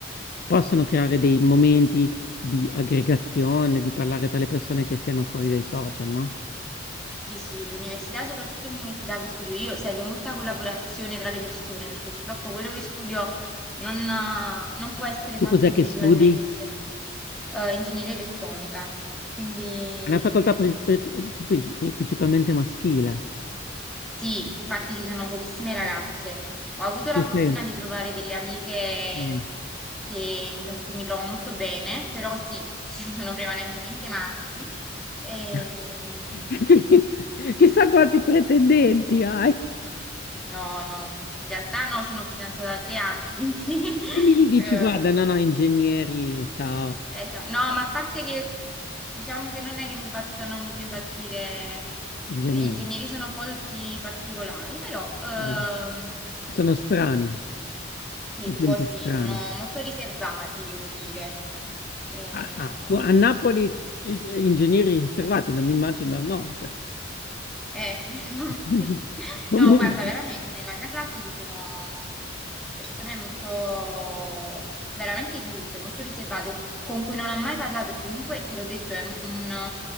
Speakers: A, on the left; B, in the centre.
A: possono creare dei momenti di aggregazione, di parlare tra le persone che siano fuori dai social, no?
B: Sì, sì, l'università, soprattutto l'università che studio io, serve molta collaborazione tra le persone, perché purtroppo quello che studio non, eh, non può essere
A: Tu
B: fatto
A: cos'è
B: individualmente,
A: che studi?
B: eh, ingegneria elettronica, quindi...
A: È una facoltà
B: mm,
A: pri- pri- tu pensi- principalmente maschile.
B: Sì, infatti ci sono pochissime ragazze. Ho avuto la
A: Tu
B: fortuna
A: sei...
B: di trovare delle amiche
A: Mm.
B: che- con cui mi trovo molto bene, però sì, <laughs> ci sono prevalentemente maschi. Ehm,
A: <laughs> Quindi, chissà quanti pretendenti hai.
B: no, no, in realtà no, sono fidanzata da tre anni, quindi...
A: Quindi
B: <laughs>
A: gli dici,
B: eh,
A: guarda, no, no, ingegneri, ciao,
B: esa- No, ma a parte che diciamo che non è che mi facciano molto impazzire,
A: ingegneri.
B: gli ingegneri sono un po' tutti particolari, però... ehm,
A: Eh, Sono strani,
B: Sì,
A: gente
B: un po' sì,
A: strana.
B: sono molto riservati, devo dire. Eh,
A: Ah, ah, tu- a Napoli eh, ingegneri riservati, non mi immagino al nord.
B: eh, <laughs> infatti.
A: <laughs> Comunque,
B: No, guarda, veramente, nella mia classe ci sono persone molto, veramente chiuse, molto riservate, con cui non ho mai parlato e comunque, te l'ho detto, è un,